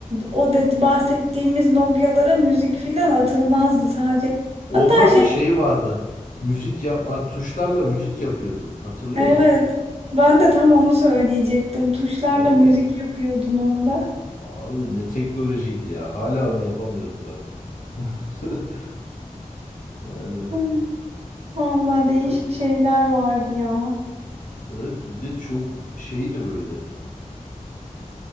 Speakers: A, on the right; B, on the left.
A: o dedi bahsettiğimiz Nokia'lara müzik falan atılmazdı sadece.
B: Onlarda
A: Hatta şey
B: şey vardı. Müzik yapma tuşlarla müzik yapıyordun. Hatırlıyor
A: evet
B: musun?
A: ben de tam onu söyleyecektim. Tuşlarla
B: Tamam
A: müzik
B: mı?
A: yapıyordun onda.
B: Abi ne teknolojiydi ya. Hala onu yapamıyoruz bak. <laughs> Yani
A: Hı, Vallahi değişik
B: çok,
A: şeyler vardı ya.
B: evet bir de çok şeydi böyle.